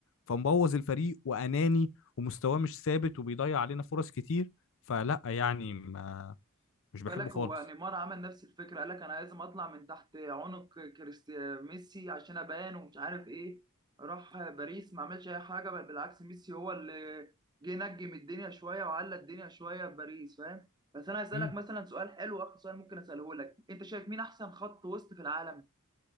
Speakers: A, on the left; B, on the right.
A: فمبوظ الفريق واناني ومستواه مش ثابت وبيضيع علينا فرص كتير فلا يعني ما مش
B: خد
A: بحبه
B: بالك
A: خالص
B: هو نيمار عمل نفس الفكره قال لك انا لازم اطلع من تحت عنق كريستيانو ميسي عشان ابان ومش عارف ايه راح باريس ما عملش اي حاجه بل بالعكس ميسي هو اللي جه نجم الدنيا شويه وعلى الدنيا شويه في باريس فاهم بس انا هسالك
A: مم.
B: مثلا سؤال حلو اخر سؤال ممكن اساله لك انت شايف مين احسن خط وسط في العالم